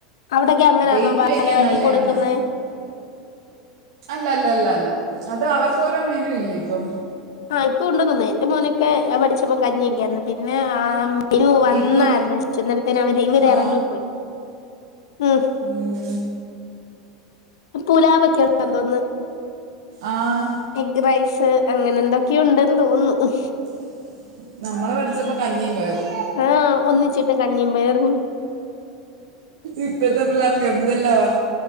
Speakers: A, on the left; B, on the right.
A: അവിടൊക്കെ അങ്ങനെയാണോ
B: വെയിറ്റ്
A: ബാലവാടി
B: വെക്കാൻ നല്ലതാണ്
A: കൊടുക്കുന്നെ.
B: അല്ല അല്ല അല്ല അല്ല അത് അവർക്കോരോ മെനു ഇല്ലേ ഇപ്പം.
A: ആഹ് ഇപ്പൊണ്ടന്ന് തോന്നുന്നു എന്റെ മോന്. ക്കെ പഠിച്ചപ്പം കഞ്ഞിയൊക്കൊയിരുന്നു പിന്നെ ആ മെനു വന്നായിരുന്നു
B: ഇപ്പം
A: അന്നേരത്ത്ന് അവര് ഇവരെ
B: ആ,
A: ഇറങ്ങിപ്പോ. ഉം
B: ഉം
A: പുലാവൊക്കെ ഉണ്ടായിരുന്നോന്ന്
B: ആഹ്
A: എഗ് റൈസ് അങ്ങനെ എന്തൊക്കെയോ ഉണ്ടെന്ന് തോന്നുന്നു
B: <inaudible> നമ്മളെ പഠിച്ചപ്പോ കഞ്ഞിയും പയറും
A: ആഹ് ഒന്നിച്ചിട്ട് കഞ്ഞിയും പയറും
B: ഇപ്പത്തെ പിള്ളേർക്ക് എന്തെല്ലാവാ